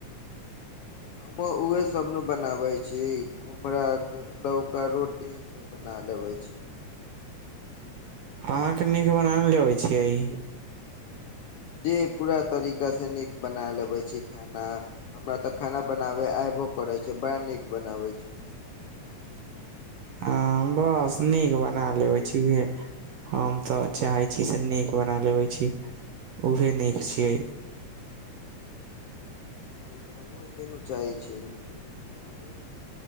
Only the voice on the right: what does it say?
अहाँके नीक बना लेबै छियै‌।
ह बस नीक बना लेबै छीहे। हम तऽ चाहे छी से नीक बना लेबै छी उहे नीक छियै।